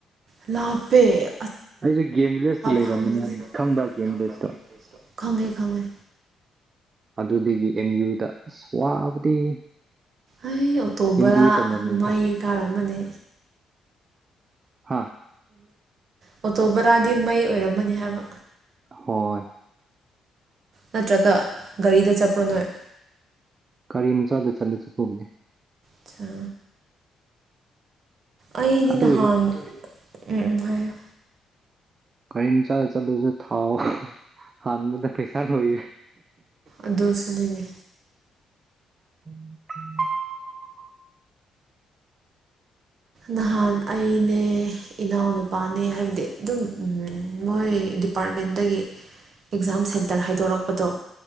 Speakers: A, on the right (about 55°); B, on the right (about 35°).
A: ꯂꯄꯦ
B: ꯑꯩꯁꯦ ꯒꯦꯝ ꯚꯤꯂꯦꯖꯇ ꯂꯩꯔꯝꯕꯅꯤ
A: ꯐꯝꯕꯁꯦ
B: ꯈꯪꯕ꯭ꯔ ꯒꯦꯝ ꯚꯤꯂꯦꯖꯇꯣ
A: ꯈꯪꯉꯦ ꯈꯪꯉꯦ
B: ꯑꯗꯨꯗꯒꯤ ꯑꯦꯝ ꯌꯨꯗ ꯑꯁ ꯋꯥꯕꯗꯤ
A: ꯑꯩ ꯑꯣꯇꯣꯕ
B: ꯑꯦꯝ ꯕꯤ ꯑꯦ ꯇꯝꯔꯝꯃꯤꯗ
A: ꯃꯒꯤ ꯀꯥꯔ ꯑꯃꯅꯦ
B: ꯍꯥ
A: ꯑꯣꯇꯣ ꯕꯔꯥꯗꯤ ꯃꯩ ꯑꯣꯏꯔꯝꯃꯅꯤ ꯍꯥꯏꯕ
B: ꯍꯣꯏ
A: ꯅꯠꯇ꯭ꯔꯒ ꯒꯥꯔꯤꯗ ꯆꯠꯄ꯭ꯔꯣ ꯅꯣꯏ
B: ꯒꯥꯔꯤ ꯃꯆꯥꯗ ꯆꯠꯂꯁꯨ ꯄꯨꯕꯅꯦ
A: ꯆꯥ ꯑꯩꯗꯤ
B: ꯑꯗꯨ
A: ꯅꯍꯥꯟ
B: ꯑꯣꯏꯔꯁꯨ
A: ꯎꯝ ꯎꯝ ꯍꯥꯏꯌ‌ꯣ
B: ꯀꯩꯝ ꯆꯥ ꯆꯠꯂꯨꯁꯨ ꯊꯥꯎ ꯍꯥꯟꯕꯗ ꯄꯩꯁꯥ ꯂꯣꯏ
A: ꯑꯗꯨꯁꯨꯅꯤꯅꯦ
B: <unintelligible>
A: ꯅꯍꯥꯟ ꯑꯩꯅꯦ ꯏꯅꯥꯎꯅꯨꯄꯥꯅꯦ ꯍꯥꯏꯕꯗꯤ ꯑꯗꯨꯝ ꯃꯣꯏ ꯗꯤꯄꯥꯔꯠꯃꯦꯟꯇꯒꯤ ꯑꯦꯛꯖꯥꯝ ꯁꯦꯟꯇꯔ ꯍꯥꯏꯗꯣꯔꯛꯄꯗꯣ